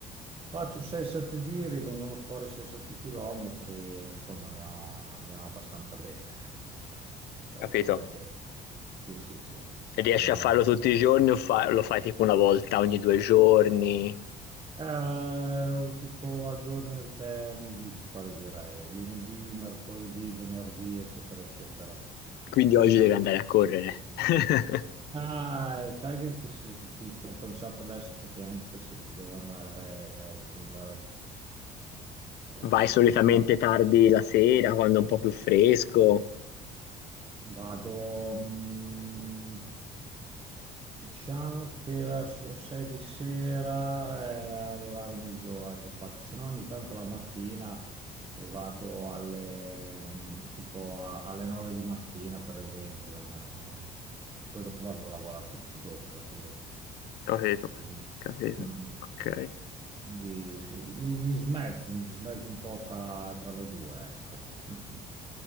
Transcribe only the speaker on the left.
capito.
Riesci
a
farlo tutti i giorni o fa- lo fai tipo una volta ogni due giorni?
Quindi oggi devi andare a correre. <laughs>
Vai solitamente
tardi la sera, quando è un po' più fresco.
Capito,
capito.
Ok.